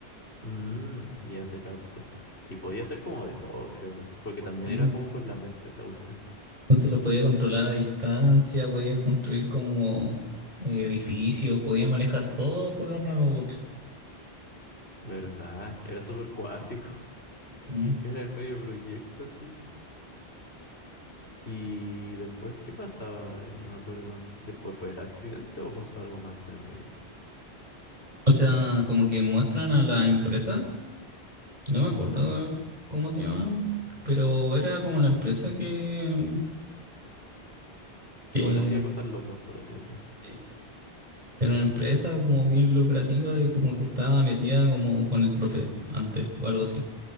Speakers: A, on the left; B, on the right.
A: Mm, ya te capto. Y podía ser como de todo, creo. Porque también
B: Sí,
A: era
B: bo.
A: como con la mente esa cuestión.
B: Entonces los podía controlar a distancia, podía construir como eh, edificios, podía manejar todo con los nanobots.
A: ¿Verdad? Era súper cuático. <laughs>
B: Ujú.
A: Era el medio proyecto, así Y después, ¿qué pasaba? Eh, me acuerdo, ¿después fue el accidente o pasó algo más entre medio?
B: O sea, como que muestran a la empresa No me
A: Ujú.
B: acuerdo cómo se llamaban, pero era como la empresa que,
A: Que
B: que-
A: igual hacía cosas locas, por así decir.
B: sí, era una empresa como bien lucrativa y como que estaba metida como con el profe antes o algo así.